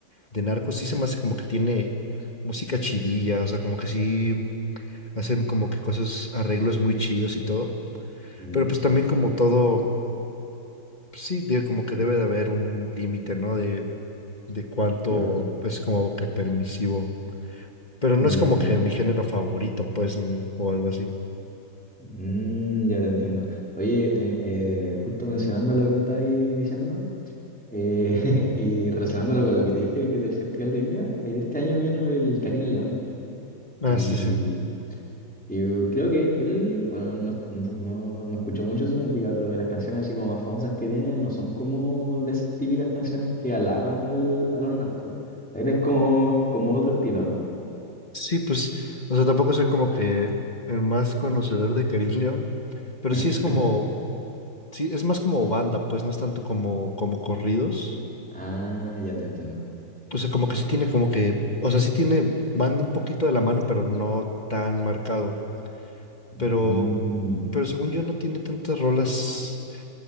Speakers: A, on the left; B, in the centre.
A: de narcos, sí se me hace como que tiene música chidilla, o sea, como que sí hacen como que cosas, arreglos muy chidos y todo,
B: Mm,
A: pero pues también como todo, pues sí, de, como que debe de haber un límite, ¿no? De, de cuánto
B: claro.
A: es como que permisivo, pero
B: Mm,
A: no es como que mi género favorito, pues, ni- o algo así.
B: mm, ya te entiendo. Oye, te- eh, justo mencionando lo que estáis diciendo. Eh, <laughs> y relacionándolo con lo que te dije que del Festival de Viña, eh, este año vino el Karim León
A: Ah,
B: y,
A: sí, sí.
B: y uh, creo que él, bueno, no, no, no- no escucho mucho su música, pero de las canciones así como más famosas que tiene, no son como de esas típicas canciones que alaban al, a los narcos. Él es como, como otro estilo, ¿no?
A: Sí, pues, o sea, tampoco soy como que el más conocedor de Karim <laughs> León, pero sí
B: <laughs>
A: es como, sí, es más como banda, pues no es tanto como, como corridos.
B: Ah, ya te entiendo.
A: O sea, como
B: Eh,
A: que sí tiene como que, o sea, sí tiene banda un poquito de la mano, pero no tan marcado. Pero,
B: mm,
A: pero según yo no tiene tantas rolas,